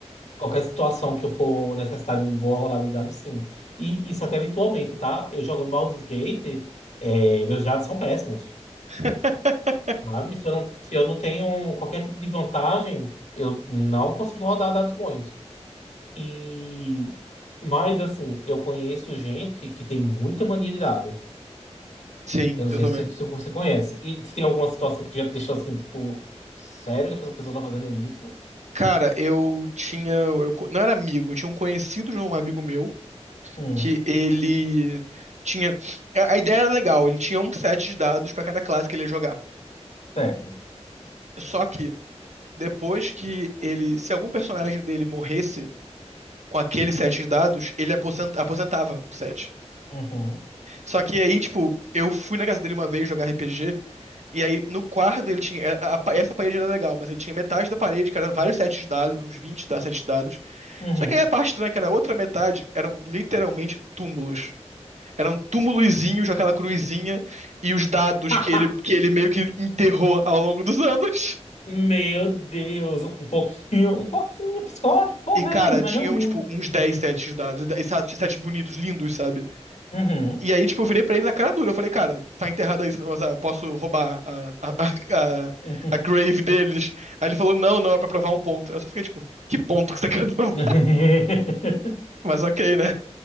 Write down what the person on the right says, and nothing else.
<laughs>
Sim,
eu
também.
Cara, eu tinha. Eu, co- não era amigo, eu tinha um conhecido de um amigo meu
que ele tinha. A a ideia era legal, ele tinha um set de dados pra cada classe que ele ia jogar.
Só que, depois que ele. Se algum personagem dele morresse com aquele set de dados, ele aposent- aposentava o set.
Só que aí, tipo, eu fui na casa dele uma vez jogar RPG. E aí, no quarto, ele tinha. é, a- a essa parede era legal, mas ele tinha metade da parede, que era vários sets de dados, uns 20 da sete de dados.
Só que aí a parte estranha, é que era a outra metade, eram literalmente túmulos. Eram túmulozinhos, aquela cruzinha, e os dados
que ele, que ele meio que enterrou ao longo dos anos.
E, cara,
tinham,
tipo, uns 10 sets de dados, e sete sete bonitos, lindos, sabe?
E aí, tipo, eu virei pra ele na cara dura. Eu falei, cara, tá enterrado aí esse negócio, ah, eu posso roubar a, a, a, a-
a grave deles. Aí ele falou, não, não, é pra provar um ponto. Eu só fiquei, tipo, que ponto que você quer provar?
<laughs> Mas ok, né?